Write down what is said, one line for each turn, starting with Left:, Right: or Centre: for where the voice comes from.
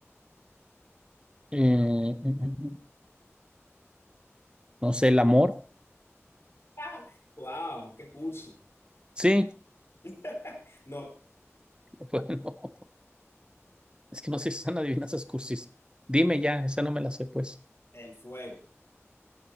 Right: Eh, eh, eh, eh. no sé, el amor.
Left: Ah, ¡Wow! ¡Qué cursi!
Right: Sí,
Left: <laughs> No,
Right: <laughs> bueno, es que no sé si están adivinanzas cursis. Dime ya, esa no me la sé, pues.
Left: el fuego.